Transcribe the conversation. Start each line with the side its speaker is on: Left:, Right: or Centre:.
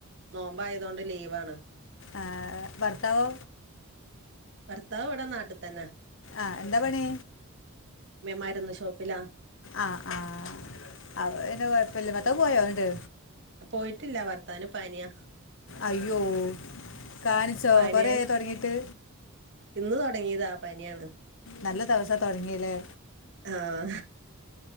Right: നോമ്പ് ആയതോണ്ട് ലീവാണ്.
Left: ആഹ് ഭർത്താവോ
Right: ഭർത്താവ് ഇവിട നാട്ടിത്തന്ന
Left: ആഹ് എന്താ പണി?
Right: മരുന്നു ഷോപ്പിലാ
Left: ആഹ് ആഹ് അപ പിന്നെ കൊഴപ്പല്ല ഭർത്താവ് പോയോ ന്നട്ട്?
Right: പോയിട്ടില്ല ഭർത്താവിന് പനിയ.
Left: അയ്യോ കാണിച്ചോ
Right: പനിയായി
Left: കൊറെയായോ തൊടങ്ങീട്ട്?
Right: ഇന്ന് തൊടങ്ങിയതാ പനിയാണ്.
Left: നല്ല ദിവസ തൊടങ്ങീല്ലേ
Right: ആഹ്